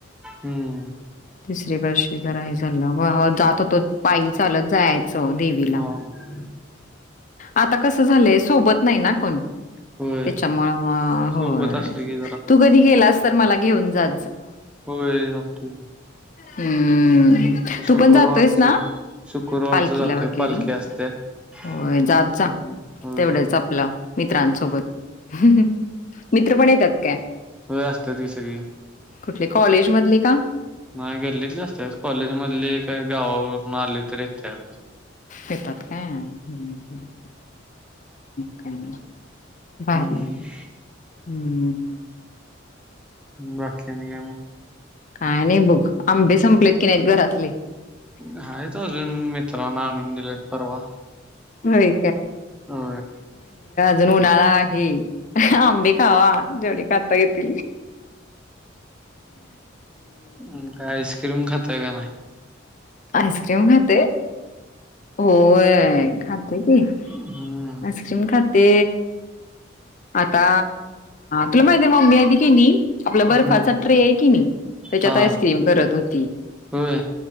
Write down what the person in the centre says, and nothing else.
हम्म.
हां.
होय.
सोबत असलं की
हो आत
शुक्रवारच
शुक्रवारच
जातोय
पालखी असते हो
होय असतात की सगळी
म गल्लीत जास्त कॉलेज मधले का गावावरून आले तर य तेत
हम्म
बाकी्यानी का म
आहेाच अजून मित्रांना आणून दिलेत परवा
हो
अं काय आईस्क्रीम खातय का नाय?
हम्म
हम्म
हा
होय